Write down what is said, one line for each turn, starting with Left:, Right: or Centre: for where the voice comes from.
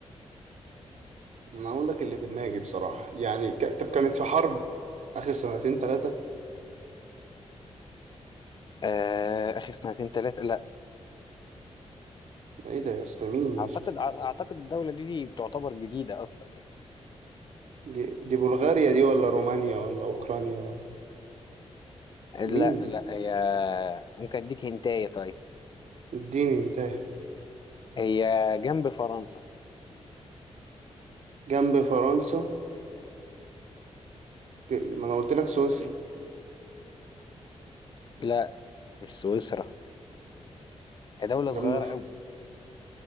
Right: ما أقول لك اللي في دماغي بصراحة يعني ك... طب كانت في حرب آخر سنتين تلاتة
Left: آه اخر سنتين ثلاثه لا
Right: إيه ده يا اسطى مين يا
Left: اعتقد
Right: اسطى
Left: اعتقد الدوله دي, دي بتعتبر جديده اصلا يعني.
Right: دي... دي بلغاريا دي ولا رومانيا ولا أوكرانيا ولا
Left: لا
Right: مين ده
Left: لا هي ممكن اديك هنتايه طيب
Right: اديني انتهى
Left: هي جنب فرنسا
Right: جنب فرنسا ما انا قلت لك سويسرا
Left: لا مش سويسرا هي دوله
Right: جنب
Left: صغيره
Right: ف...
Left: قوي